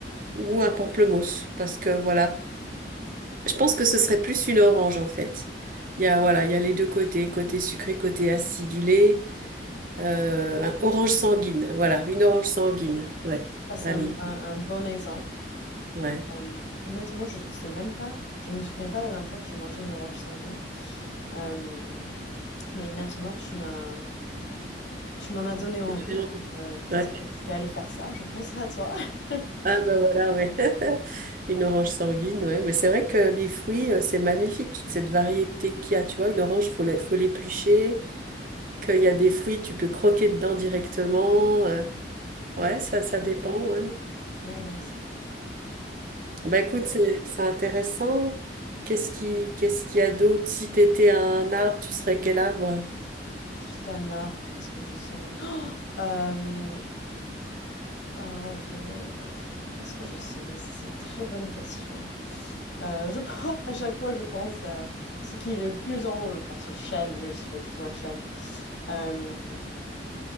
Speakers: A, on the right; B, on the left.
A: ou un pamplemousse parce que voilà, je pense que ce serait plus une orange en fait. Il y a voilà, il y a les deux côtés, côté sucré, côté acidulé, euh, un orange sanguine, voilà, une orange sanguine. Ouais.
B: Ça, c'est
A: Allez,
B: un, un- un bon exemple.
A: ouais.
B: Euh, honnêtement, je ne sais même pas, je ne me souviens pas la dernière fois que j'ai mangé une orange sanguine. Euh, mais maintenant, tu m'as, Tu m'en as donné envie,
A: J'en
B: donc
A: ai envie.
B: euh, peut-être
A: Ouais.
B: que je vais aller faire ça. Je penserai à toi. <laughs>
A: Ah ben voilà, ouais. <laughs> Une orange sanguine, ouais. Mais c'est vrai que les fruits, euh, c'est magnifique, toute cette variété qu'il y a. Tu vois, une orange, faut l'é- faut l'éplucher, qu'il y a des fruits, tu peux croquer dedans directement. euh, ouais, ça, ça dépend, ouais.
B: Ouais, non, c'est bon.
A: Bah écoute, c'est c'est intéressant. Qu'est-ce qui qu'est-ce qu'il y a d'autre? Si t'étais un arbre, tu serais quel arbre?
B: Si j'étais un arbre, qu'est-ce que je serais? Oh, euh, oh, je... pff, Qu'est-ce que je serais? Ça, C'est une très bonne question. Euh, je pense, <laughs> à chaque fois, je pense à ce qui est le plus en haut. Je pense au chêne, mais je suis pas du tout un chêne. Euh,